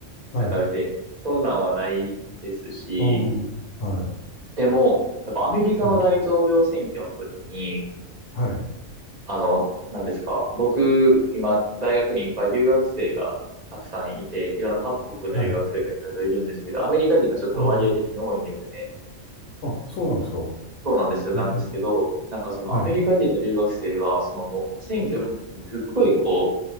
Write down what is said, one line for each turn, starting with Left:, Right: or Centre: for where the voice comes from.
Left: はい。
Right: なんか別にそんなんはないですし、
Left: うん。はい。
Right: でも、やっぱアメリカの大統領選挙の時に、
Left: はい。はい。
Right: あの、何ですか、僕、今、大学にいっぱい留学生がたくさんいて、いろんな各国の留学生がいろいろいるんですけど、
Left: はい。
Right: アメリカ人がちょっと割合的に多いんですね。
Left: うん。あ、そうなんですか。
Right: そうなんですよ、なんですけど、
Left: ええ、
Right: なんかそのアメリカ人の留学生が、
Left: はい、
Right: そのもう選挙の時にすっごいこう、